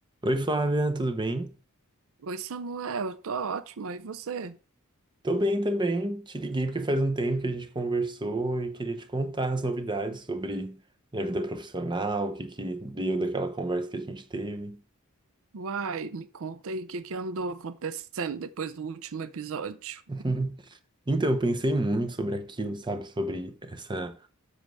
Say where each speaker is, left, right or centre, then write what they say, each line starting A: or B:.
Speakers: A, on the right (about 20°); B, on the right (about 65°).
A: Oi, Flávia, tudo bem?
B: Oi, Samuel, eu tô ótima. E você?
A: Tô bem também. Te liguei porque faz um tempo que a gente conversou e queria te contar as novidades sobre minha vida profissional, o que que deu daquela conversa que a gente teve.
B: Uai, me conta aí o que que andou acontecendo depois do último episódio.
A: <laughs> Então, eu pensei muito sobre aquilo, sabe? Sobre essa,